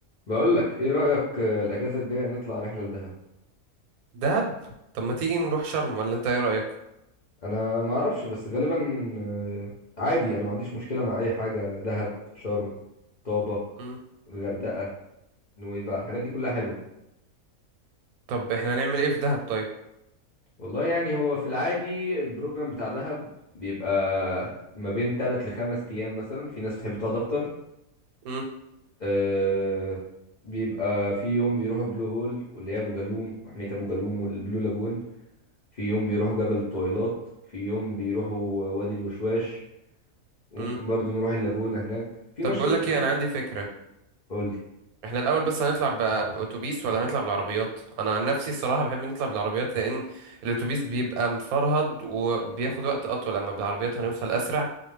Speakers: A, on the left; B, on the right.
A: بقول لك ايه رأيك آه، الاجازة الجاية نطلع رحلة لدهب
B: دهب طب ما تيجي نروح شرم ولا انت ايه رأيك
A: انا ما اعرفش بس غالبا آه، عادي انا ما عنديش مشكلة مع اي حاجة دهب شرم طابة
B: مم.
A: الغردقة نويبع الحاجات دي كلها حلوة
B: طب احنا هنعمل ايه في دهب طيب
A: والله يعني هو في العادي البروجرام بتاع دهب بيبقى ما بين 3 لخمس ايام مثلا في ناس بتحب تقعد اكتر
B: مم.
A: آه، بيبقى في يوم بيروحوا بلو هول واللي هي ابو جالوم محمية ابو جالوم والبلو لاجون في يوم بيروحوا جبل الطويلات في يوم بيروحوا وادي الوشواش وممكن
B: مم.
A: برضو نروح اللاجونة هناك في
B: طب
A: نشاطات
B: بقول لك
A: كتير
B: ايه انا عندي فكرة
A: قول لي
B: احنا الاول بس هنطلع ب- باتوبيس ولا هنطلع بالعربيات انا عن نفسي الصراحة بحب نطلع بالعربيات لان الاتوبيس بيبقى مفرهد وبياخد وقت اطول اما بالعربيات هنوصل اسرع